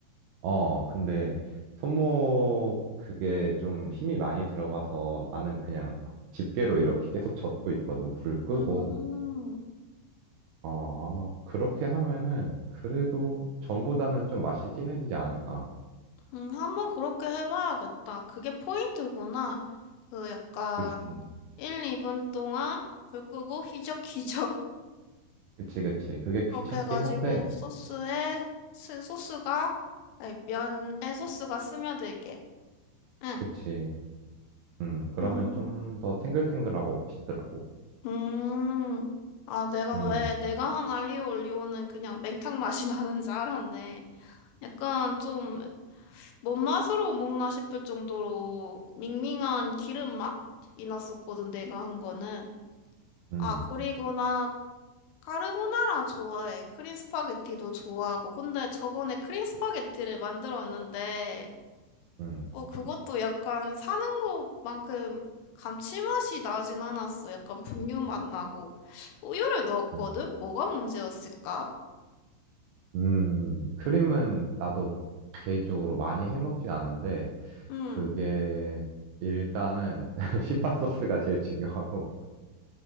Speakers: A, on the right; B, on the left.
A: 어, 근데 손목 그게 좀 힘이 많이 들어가서 나는 그냥 집게로 이렇게 계속 젓고 있거든. 불 끄고.
B: 음,
A: 어, 아마 그렇게 하면은 그래도 전보다는 좀 맛이 진해지지 않을까.
B: 음, 한번 그렇게 해봐야겠다. 그게 포인트구나. 그 약간
A: 그치.
B: 1, 2분 동안 불 끄고 휘적휘적
A: 그치, 그치. 그게
B: 그렇게
A: 귀찮긴
B: 해가지고
A: 한데,
B: 소스에 스- 소스가 아니, 면에 소스가 스며들게. 응.
A: 그치. 음, 그러면
B: 음.
A: 좀 더 탱글탱글하고 맛있더라고.
B: 음. 아, 내가
A: 음,
B: 왜 내가 한 알리오 올리오는 그냥 맹탕 맛이 <laughs> 나는 줄 알았네. 약간 좀 뭔 맛으로 먹나 싶을 정도로 밍밍한 기름 맛이 났었거든, 내가 한 거는.
A: 음,
B: 아, 그리고 나 카르보나라 좋아해. 크림 스파게티도 좋아하고. 근데 저번에 크림 스파게티를 만들었는데
A: 음.
B: 어, 그것도 약간 사는 것만큼 감칠맛이 나진 않았어. 약간 분유 맛 나고. 우유를 넣었거든?
A: 아,
B: 뭐가 문제였을까?
A: 음, 크림은 나도 개인적으로 많이 해먹진 않은데,
B: 응,
A: 그게 일단은 <laughs> 시판 소스가 제일 중요하고